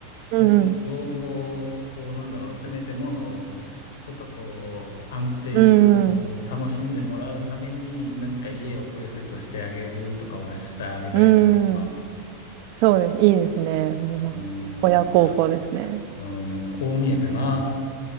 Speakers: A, on the right; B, on the left.
A: うん
B: なんか、造語を、こう、なんだろう、せめてものを、ちょっとこう、安定というか、
A: うん。
B: その、
A: うん
B: 楽しんでもらうために、何か家をプレゼントしてあげるとかはしてあげたいかな。
A: うん。うん。そうです。いいですね。それは親孝行ですね。
B: うん、いや、うん、こう見えてな。